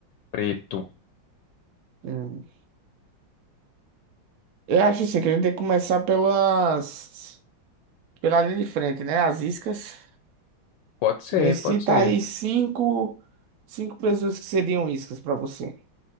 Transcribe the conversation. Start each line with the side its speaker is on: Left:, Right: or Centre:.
Left: preto.
Right: Hum. Eu acho assim, que a gente tem que começar pelas. pela linha de frente, né? As iscas.
Left: Pode ser,
Right: Me cita
Left: pode ser.
Right: aí cinco. cinco pessoas que seriam iscas pra você.